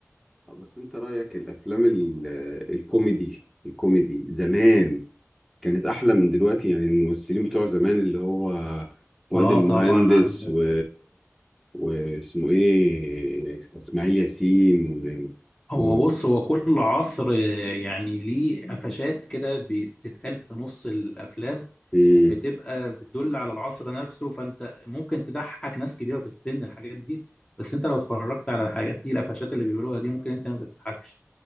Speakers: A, in the centre; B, on the left (about 25°).
A: بس انت رأيك الافلام ال- الكوميدي الكوميدي زمان كانت احلى من دلوقتي يعني الممثلين بتوع زمان اللي هو فؤاد
B: اه
A: المهندس
B: طبعا عندك
A: و واسمه ايه اسماعيل ياسين
B: هو
A: و... و...
B: بص هو كل عصر آه، يعني ليه قفشات كده بتتقال في نص الافلام
A: إيه.
B: بتبقى بتدل على العصر نفسه فانت ممكن تضحك ناس كبيره في السن الحاجات دي بس انت لو اتفرجت على الحاجات دي القفشات اللي بيقولوها دي ممكن انت ما تضحكش